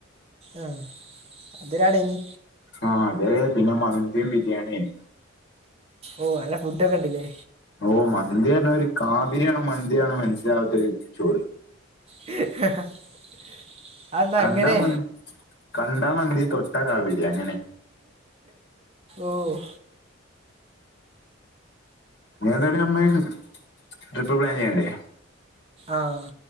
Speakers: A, on the right; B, on the left.
A: ആഹ് അതിരാടേനി
B: ആഹ് അതെ പിന്നെ മന്തിം ബിരിയാണിയേനി
A: ഓഹ് നല്ല ഫുഡൊക്കെ ഇണ്ട്ല്ലേ
B: ഓഹ് മന്തി പറ്ഞ്ഞ ഒരു കാബരിയാണോ മന്ത്യാണോ മനസിലാവാത്തര് ചോറ്.
A: <inaudible>
B: കണ്ടാ
A: അങ്ങനെ
B: മന്തി കണ്ടാ മന്തി തൊട്ട കാബീരി അങ്ങനെ
A: ഓഹ്
B: ഞ് ഏതാലും നമ്മയ് ട്രിപ്പ് പ്ലാൻ ചെയ്യണ്ടെ
A: ആഹ്